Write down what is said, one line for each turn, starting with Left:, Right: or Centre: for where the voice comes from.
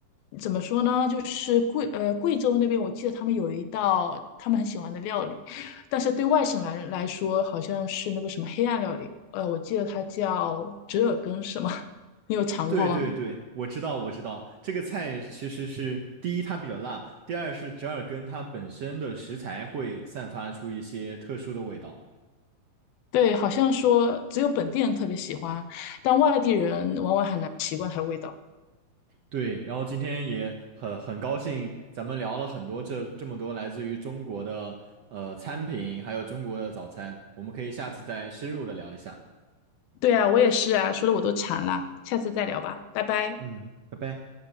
Left: 怎么说呢，就是贵呃贵州那边，我记得他们有一道他们很喜欢的料理，但是对外省来人来说，好像是那个什么黑暗料理，呃，我记得它叫折耳根，是吗？<laughs> 你有尝过吗？
Right: 对对对，我知道，我知道，这个菜其实是第一它比较辣，第二是折耳根它本身的食材会散发出一些特殊的味道。
Left: 对，好像说只有本地人特别喜欢，但外地人往往很难习惯它的味道。
Right: 对，然后今天也很很高兴，咱们聊了很多这这么多来自于中国的呃餐品，还有中国的早餐，我们可以下次再深入的聊一下。
Left: 对啊，我也是啊，说的我都馋了，下次再聊吧，拜拜。
Right: 嗯，拜拜。